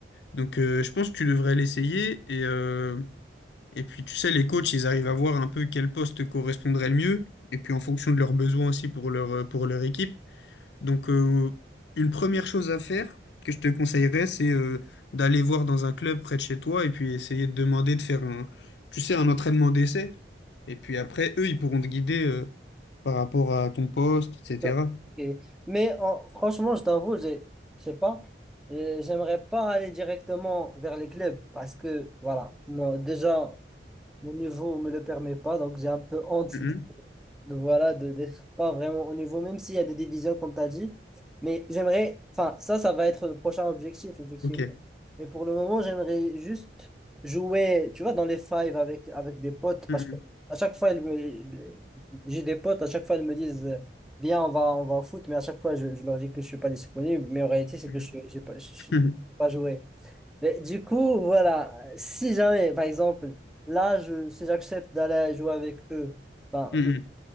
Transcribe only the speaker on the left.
Donc euh, je pense que tu devrais l'essayer. Et, euh, et puis, tu sais, les coachs, ils arrivent à voir un peu quel poste correspondrait le mieux. Et puis en fonction de leurs besoins aussi pour leur, euh, pour leur équipe. Donc, euh, une première chose à faire que je te conseillerais, c'est euh, d'aller voir dans un club près de chez toi et puis essayer de demander de faire un, tu sais, un entraînement d'essai. Et puis après, eux, ils pourront te guider euh, par rapport à ton poste, etc.
Mhm.
Ok.
Mhm.
Mhm.
Mhm.
Mhm. <laughs>